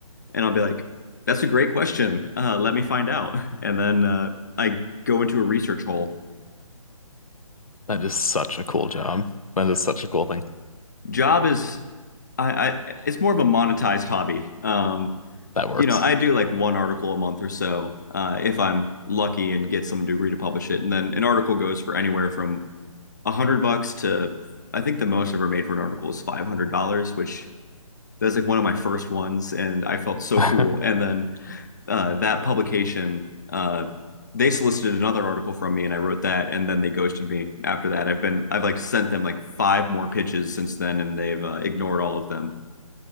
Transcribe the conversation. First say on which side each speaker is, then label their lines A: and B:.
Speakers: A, on the left (about 30°); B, on the left (about 70°).
A: and I'll be like, "That's a great question. Uh, let me find out." <laughs> And then uh, I go into a research hole.
B: That is such a cool job. That is such a cool thing.
A: Job is I, I it's more of a monetized hobby. Um,
B: That works.
A: you know, I do like one article a month or so uh, if I'm lucky and get someone to agree to publish it. And then an article goes for anywhere from a hundred bucks to I think the most I've ever made for an article is five hundred dollars, which That was like one of my first ones, and I felt so
B: <laughs>
A: cool. And then uh, that publication, uh, they solicited another article from me, and I wrote that. And then they ghosted me after that. I've been, I've like sent them like five more pitches since then, and they've uh, ignored all of them.